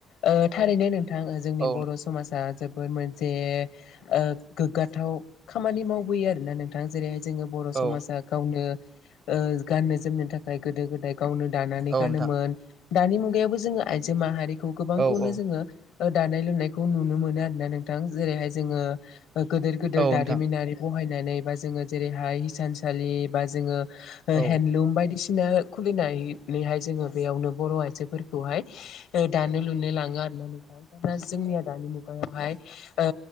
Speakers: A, on the left; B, on the right.
A: ओ थारैनो नों। थां ओ जोंनि
B: औ
A: बर' समाज। आ जोबोर मोनसे ओ गोग्गाथाव खामानि मावबोयो आरोना नोंथां जेरै। जोङो बर'
B: औ
A: समाजा गावनो ओ गाननो -जोमनो थाखाय गोदो-गोदाय गावनो। दानानै
B: औ
A: गानोमोन
B: नोंथां
A: दानि मुगायावबो जों आइजो माहारि। खौ गोबांखौनो
B: औ औ
A: जोङो दानाय लुनायखौ नुनो मोनो आरोना नोंथां। जेरैहाय जोङो‌। गोदोर-गोदोर
B: औ नोंथां औ नोंथां
A: दारिमिनारि बहायनानै बा जोङो जेरैहाय हिसानसालि बा जोङो।
B: औ
A: हेन्दलुम बायदिसिना खुलिनाय। नैहाय जोङो बेयावनो बर' आइजोफोरखौहाय दानो- लुनो लाङो आरोना नोंथां दा जों। <unintelligible> जोंनि आ दानि मुगायावहाय ओ।